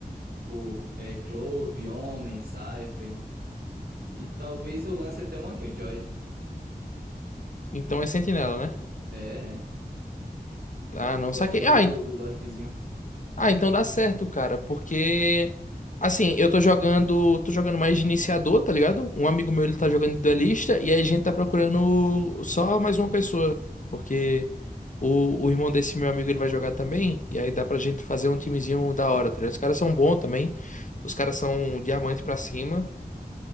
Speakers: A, on the right; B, on the left.
A: Tipo, é, Clove, Homem, Cypher. E talvez eu lance até uma Killjoy.
B: Então é sentinela, né?
A: É, é.
B: Ah, não
A: Eu gosto
B: saquei.
A: mais
B: Ah,
A: do, do Lurkzinho.
B: Ah, então dá certo, cara, porque assim, eu tô jogando, tô jogando mais de iniciador, tá ligado? Um amigo meu ele tá jogando de duelista e aí a gente tá procurando só mais uma pessoa, porque o, o irmão desse meu amigo ele vai jogar também e aí dá pra gente fazer um timezinho da hora, tá ligado? Os caras são bons também. Os caras são diamante pra cima.